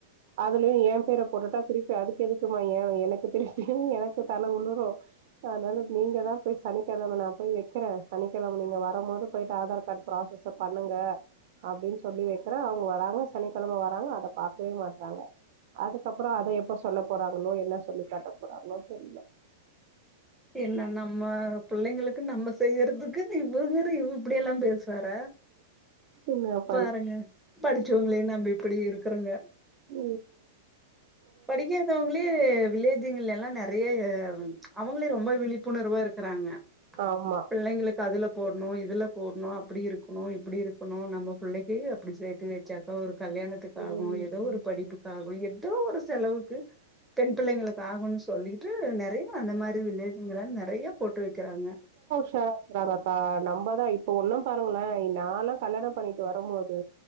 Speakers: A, on the right; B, in the centre.
A: அதுலயு ஏ பேர போட்டுட்டா திருப்பி அதுக்கு எதுக்கு மா ஏ எனக் <unintelligible> எனக்கு தல உலுரு அனால நீங்கதா போய் சனிக்கிழமை நா போ வைக்கிறே சனிக்கிழம நீங்க வரம் போது போயிட்டு ஆதார் கார்டு ப்ராசஸ் பண்ணுங்க அப்பிடின்னு சொல்லி வைக்கிறே அவங்க வராங்க சனிக்கிழம வராங்க அத பாக்கவே மாட்டறாங்க அதுக்கப்புறோ அத எப்ப சொல்ல போறாங்களோ என்ன சொ சொல்லிக்காட்ட போறாளோ தெரில
B: என்ன நம்ம புள்ளைங்களுக்கு நம்ப செய்யறதுக்கு இவங்கற இப்பிடி எல்லாம் பே சர
A: என்ன பண்
B: பாருங்க படிச்சவங்களே நம்பி ப்பிடி இருக்குறங்க
A: உ
B: படிக்காதவங்களே வில்லேஜிங்கிள எல் லா நெறைய அவங்களே ரொம்ப விழிப்புணர்வா இருக்கிறாங்க
A: ஆமா
B: பிள்ளைங்களுக்கு அதுல போட்ணு இதுல போட்ணு அப்பிடி இருக்கணு இப்பிடி இருக்கணு நம்ம பிள்ளைக்கு அப்பிடி சேர்த்து வச்சாக்கா ஒரு கல்யாணத்துக்காகு
A: ம்
B: ஏதோ ஒரு படிப்புக்காகு எ ட்டு ஒரு செலவுக்கு பெண் பிள்ளைங்களுக்கு ஆகும் சொல்லிட்டு நெறைய அந்த மாரி வில்லேஜிங்களா நெறைய போட்டு வைக்கிறாங்க
A: சாராக்கறாங்கக்கா நம்மதா இப்போ ஒன்னு பாருங்க ப்புலா நாலா கல்யாணம் பண்ணிட்டு வரம் போது